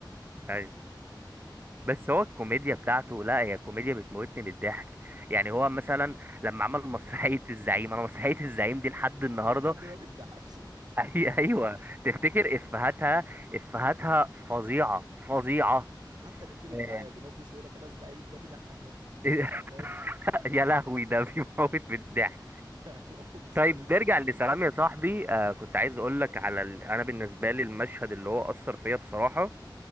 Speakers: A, on the right; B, on the right.
A: أيوه بس هو الكوميديا بتاعته لأ هي كوميديا بتموتني من الضحك يعني هو مثلا لما عمل مسرحية الزعيم أنا مسرحية الزعيم دي لحد النهاردة
B: <laughs> انا لحد دلوقتي ما بتضحكش
A: <laughs> أي أيوه تفتكر إفهاتها إفهاتها فظيعة فظيعة
B: حتى الافيه اللي
A: آه،
B: بيتعاد ان هو كل شويه يقول لك انا الزعيم ده بيضحك برضه
A: <laughs>
B: انت فاهم
A: يا لهوي ده بيموت بالضحك
B: <laughs> هو مسيس
A: طيب
B: صراحه
A: نرجع لسلام يا صاحبي آه كنت عايز اقول لك على ال... انا بالنسبه لي المشهد اللي هو اثر فيا بصراحه